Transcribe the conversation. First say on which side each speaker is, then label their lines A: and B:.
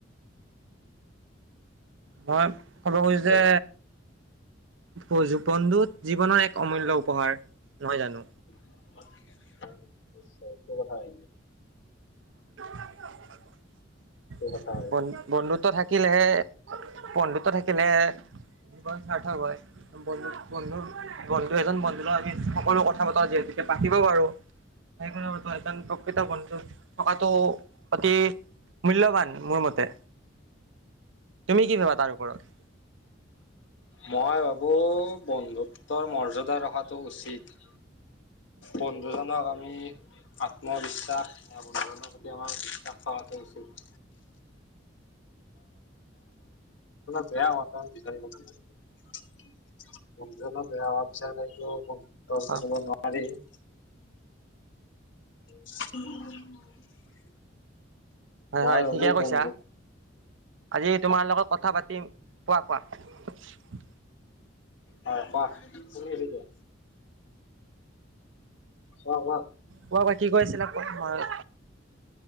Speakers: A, on the right (about 75°); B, on the left (about 70°).
A: ন ক'ব খুজিছো
B: খুজিছা?
A: যে, <unintelligible> জীৱনৰ এক অমূল্য উপহাৰ।
B: <unintelligible>
A: নহয় জানো
B: নিশ্চয় এইটো কথা আহিব।
A: <unintelligible>
B: এইটো কথা আহিলে
A: ন্ বন্ধুত্ব থাকে থাকিলেহে, বন্ধুত্ব থাকিলেহে জীৱন সাৰ্থক হয়। বন্ধু, বন্ধু, বন্ধু এজন বন্ধু লগ আমি থা কলো কথা পতাও যিহেতু পাতিব পাৰো সেইকাৰণো এজন প্ৰকৃত বন্ধু <unintelligible> তো পাতি <unintelligible> মোৰ মতে। তুমি কি ভাবা তাৰ ওপৰত?
B: মই ভাবো বন্ধুত্বৰ মৰ্যদা ৰখাটো উচিত। বন্ধুজনক আমি আত্মবিশ্বাস বা বন্ধুজনৰ প্ৰতি আমাৰ বিশ্বাস থকাটো উচিত। গেয়াতণ বিখাই <unintelligible>
A: অ
B: ব নোৱাৰি উম <unintelligible>
A: হয়
B: মই
A: হয়
B: ভাবো
A: ঠিকে কৈছা
B: বন্ধু
A: আজি তোমাৰ লগত কথা পাতিম কোৱা, কোৱা।
B: হয় কোৱা শুনি আছো দিয়া আহ অ
A: কোৱা কোৱা কি কৰি আছিল আকৌ ময়